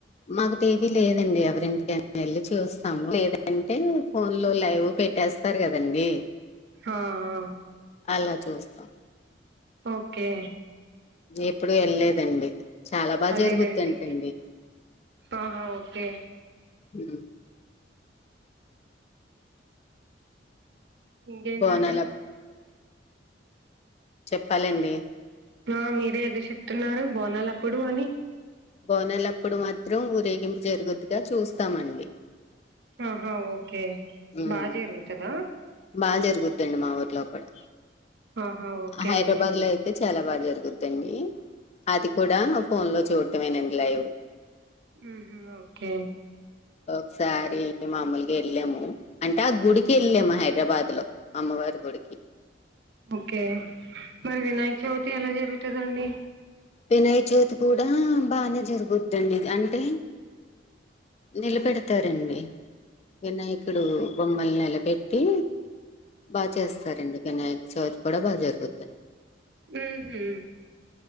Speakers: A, on the left; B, on the right.
A: మాకు టీవీ లేదండి ఎవరింటికనా వెళ్ళి చూస్తాము లేదంటే ఫోన్ లో లైవ్ పెట్టేస్తారు కదండి
B: ఆ ఆ
A: అలా చూస్తాం
B: ఓకే
A: ఎప్పుడు వెళ్లేదండి చాలా బాగా
B: అదేలేండి
A: జరుగుదంటండీ
B: ఆహా ఓకే
A: ఉ
B: ఇంకేంటండి
A: బోనాల చెప్పాలండి
B: ఆ మీరే ఏదో చెప్తున్నారు బోనాల అప్పుడు అని
A: బోనలప్పుడు మాత్రం ఊరేగింపు జరుగుద్దుగా చూస్తామండి
B: ఆహా ఓకే
A: ఉమ్,
B: బా జరుగుతుదా
A: బాగా జరుగుదండి మా ఊర్లో కూడా
B: ఆహా ఓకే
A: హైదరాబాద్
B: అండి
A: లో అయితే చ చాలా బాగా జరుగుద్దండి అది కూడా ఫోన్ లో చూడటమేనండి లైవ్
B: ఊ ఓకే
A: ఒకసారి మామలుగా వెళ్ళాము అంటే ఆ గుడికి వెళ్ళాము హైదరాబాద్ లో అమ్మవారి అ గుడికి
B: ఓకే మరి వినాయక చవితి ఎలా జరుగుతుందండి?
A: వినాయ్ చవితి కూడా బానే జరుగుద్దండి ఇది అంటే నెలప్ పెడతారండి వినాయకుడు బొమ్మలు నిలబెట్టి బా చేస్తారండి వినాయక చవితి కూడా బాగా జరుగుదండి
B: ఊహు